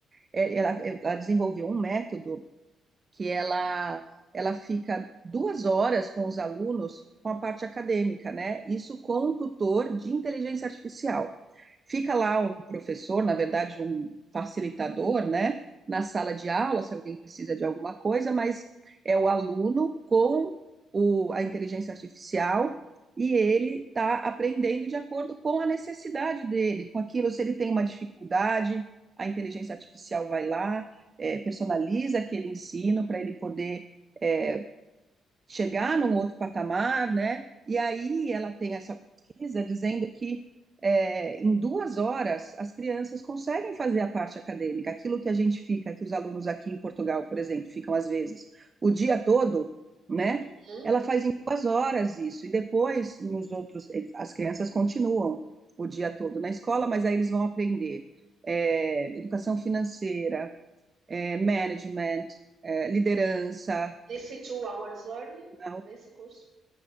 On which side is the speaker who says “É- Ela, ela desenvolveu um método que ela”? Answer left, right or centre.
Right